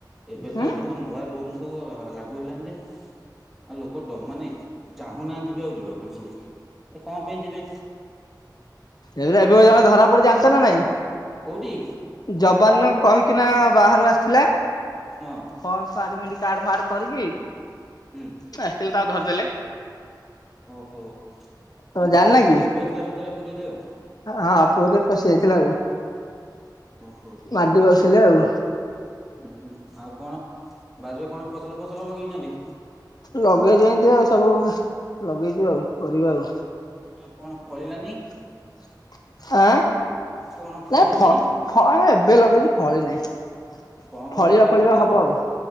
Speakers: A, in the centre; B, on the left (about 55°).
A: ଏବେ
B: ହୁଁ।
A: ତ ସବୁ ନୂଆ ରୁଲ୍ ସବୁ ଲାଗୁ ହେଲାଣି ଯେ ଆଉ ଲୋକଟ ମାନେ ଚାହୁଁନାହାନ୍ତି ବି ଆଉ ଯିବା ପାଇଁ ପୁରୀ, ଏ କଣ ପାଇଁ ଯିବେ?
B: ଏ ଏବେ ଜଣେ ଧରା ପଡ଼ିଛି ଜାଣିଛ ନା ନାଇଁ?
A: କୋଉଠି?
B: ଯବାନ କହିକିନା ବାହାରୁ ଆସିଥିଲା
A: ହଁ
B: ଫଲସ ଆଡ଼ମିଟ କାର୍ଡ ଫାର୍ଡ କରିକି
A: ହୁଁ
B: ଏହଥିଲ ତାକୁ ଧରିଦେଲେ
A: ଓହୋ
B: ତମେ
A: ମାନେ
B: ଜାଣିନ
A: ଫରଜରି
B: କି?
A: କରିକି ପଇଥିଲା ଭିତରେ ପୁରୀରେ ଆଉ
B: ହଁ ପୁରୀରେ ପଶିଯାଇଥିଲା ଆଉ।
A: ଓହୋ
B: ମାଡ଼ି ବସିଲେ ଆଉ।
A: ଉୁଁ ହୁଁ ଆଉ କଣ ବାରିରେ କଣ ଫସଲ ଫସଲ ଲଗେଇଛନ୍ତି?
B: ଲଗେଇଚୁ ଏମିତି ଆଉ ସବୁ ଲଗେଇଚୁ ଆଉ। କରିବା ଆଉ
A: କଣ ଫଳିଲାନି?
B: <unintelligible> ଆଁ
A: କଣ ଫଳୁଛି
B: ନାଇଁ ଫ ଫ ଏବେ ଲଗେଇଛି ଫଳି ନାହିଁ।
A: କଣ କଣ
B: ଫଳିବା
A: ଲଗେଇଛ
B: ଫଳିବା
A: ଗଛ
B: ହବ ଆଉ।